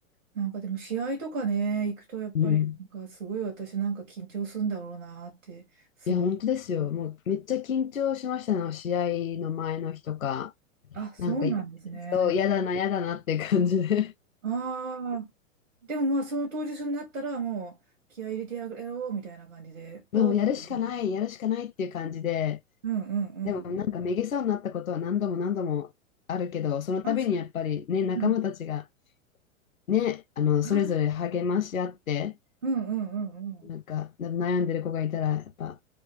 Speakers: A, on the right; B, on the left.
A: なんかでも試合とかね、行くとやっぱりなんかすごい私なんか緊張するんだろうなって想像して
B: うん。いや、本当ですよ。もうめっちゃ緊張しましたの、試合の前の日とか。
A: あ、そうなんですね。
B: なんか、そう、嫌だな、嫌だなっていう感じで。
A: ああ、でもまあその当日になったらもう気合い入れてやろうみたいな感じで、
B: <laughs> まあ、
A: おーみたいな感じ
B: もうやるしかない、やるしかないっていう感じで。
A: うんうんうん。
B: でもなんかめげそうになったことは何度も何度もあるけど、その度にやっぱりね、
A: あ、そう
B: 仲間たちが
A: うん。
B: ね、あの、
A: あー、
B: それぞれ励まし合って、
A: うんうんうんうん。
B: なんか、悩んでる子がいたら、やっぱ、